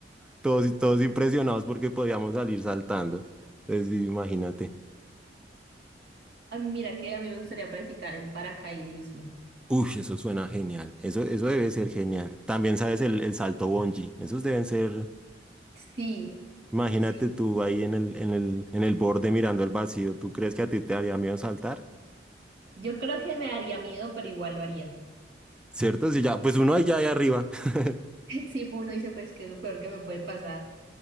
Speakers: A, in the centre; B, on the right.
A: todos, todos impresionados porque podíamos salir saltando. Entonces, sí, imagínate.
B: A mí, mira que a mí me gustaría practicar el paracaidismo.
A: Uy, eso suena genial. Eso, eso debe ser genial. También sabes el, el salto bungee. Esos deben ser,
B: Sí,
A: imagínate
B: sí.
A: tú ahí en el, en el, en el borde mirando al vacío. ¿Tú crees que a ti te haría miedo saltar?
B: Yo creo que me daría miedo, pero igual lo haría.
A: ¿Cierto? Si ya, pues uno ahí ya ahí arriba. <laughs>
B: <laughs> Sí, pues uno dice, pues, que es lo peor que me puede pasar?